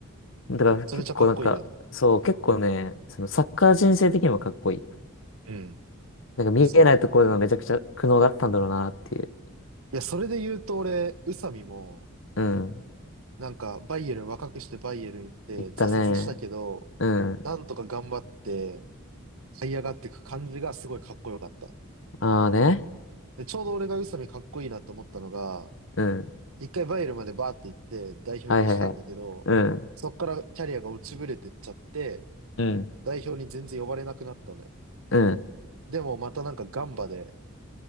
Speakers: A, on the left (about 60°); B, on the right (about 75°).
A: だから結構なんか、
B: めちゃめちゃかっこいいよね。
A: そう、結構ね、そのサッカー人生的にもかっこいい。
B: うん。
A: なんか見えないところでのめちゃくちゃ苦悩があったんだろうなっていう。
B: そうなの。いや、それで言うと俺、宇佐美も、
A: うん。
B: なんか、バイエルン、若くしてバイエルン行って挫折したけど、
A: 言ったね。うん。
B: なんとか頑張って、這い上がっていく感じがすごいかっこよかった。
A: ああね。
B: で、ちょうど俺が宇佐美かっこいいなと思ったのが、
A: うん。
B: 一回バイエルンまでバーって行って代表入りしたんだけど、
A: はいはいはい。うん。
B: そっからキャリアが落ちぶれてっちゃって、
A: うん。
B: 代表に全然呼ばれなくなったのよ。
A: うん。
B: でもまたなんかガンバで